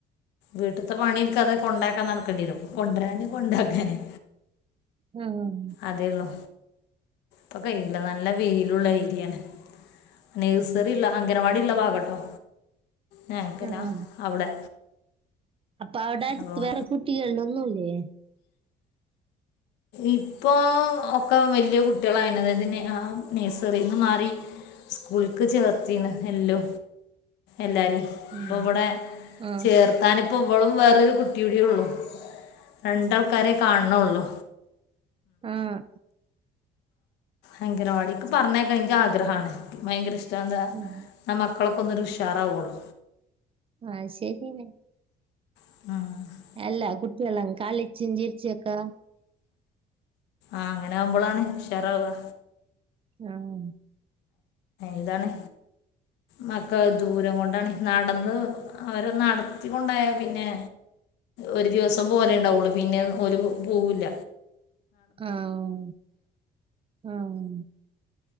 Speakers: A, on the left; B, on the right.
A: വീട്ടിലെ പണി കൊണ്ടാക്കാൻ നടക്കേണ്ടി വരും കൊണ്ടുവരാന് കൊണ്ടാക്കാന്
B: ഉം
A: അതേ ഉള്ളൂ അപ്പൊ കഴയില്ല നല്ല വെയിലുള്ള ഏരിയാണ് നേഴ്സറിള്ള അംഗനവാടി ഉള്ള ഭാഗട്ടോ ഞങ്ങക്കല്ലാ
B: ആ
A: അവിടെ
B: അപ്പൊ അവിടെ അടുത്ത്
A: അപ്പം
B: വേറെ കുട്ടികള ഒന്നും ഇല്ലേ
A: ഇപ്പോ ഒക്കെ വലിയ കുട്ടികളായി അതായതിന് നഴ്സറിന്ന് മാറി സ്കൂൾക്ക് ചേർത്തിന്ന് എല്ലോ എല്ലരും ഇപ്പൊ
B: ഉം.
A: ഇവിടെ
B: ആ
A: ചേർത്താനിപ്പോ ഇവളും വേറൊരു കുട്ടിയും കൂടള്ളു രണ്ട് ആൾക്കാരെ കാണണള്ളൂ
B: ആഹ്
A: അംഗനവാടി പറഞ്ഞു അയക്കാൻ ഭയങ്കര ആഗ്രഹമാണ് ഭയങ്കര ഇഷ്ട എന്താ
B: ഉം.
A: മക്കളൊക്കൊന്നൊരു ഉഷാറാവുള്ളൂ
B: ആയി ശരിനേ
A: ആഹ്
B: അല്ല കുട്ടിയെല്ലാം കളിച്ചും ചിരിച്ചും ഒക്കെ
A: ആഹ് അങ്ങനെ ആകുമ്പോൾ ആണ് ഉഷാറാവാ
B: ആഹ്
A: ഇതാണ് മക്കൾ ദൂരം കൊണ്ടാണ് നടന്ന് അവര് നടത്തികൊണ്ടായ പിന്നെ ഒരു ദിവസം പോലെ ഉണ്ടാവുള്ളൂ പിന്നെ ഒരു പോവൂല്ല.
B: ആഹ് ആഹ്